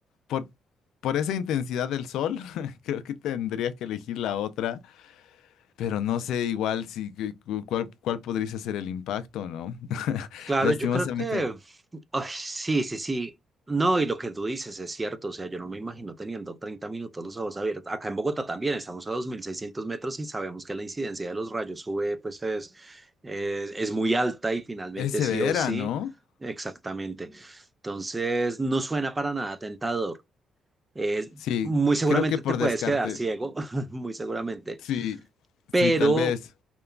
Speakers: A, on the left; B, on the right.
A: por, por esa intensidad del sol, <laughs> creo que tendría que elegir la otra pero no sé igual si cu- cu- cuál, cuál podría ser el impacto, ¿no? <laughs>
B: claro,
A: Lastimosamente,
B: yo creo que Ay, sí, sí, sí. No, y lo que tú dices es cierto. O sea, yo no me imagino teniendo 30 minutos los ojos abiertos. Acá en Bogotá también estamos a 2.600 metros y sabemos que la incidencia de los rayos UV pues es, es, es muy alta y finalmente
A: es severa,
B: sí o sí.
A: ¿no?
B: Exactamente. Entonces, no suena para nada tentador. Es,
A: Sí,
B: muy seguramente
A: creo que por
B: te puedes
A: descarte,
B: quedar ciego, <laughs> muy seguramente.
A: sí,
B: Pero
A: sí, tal vez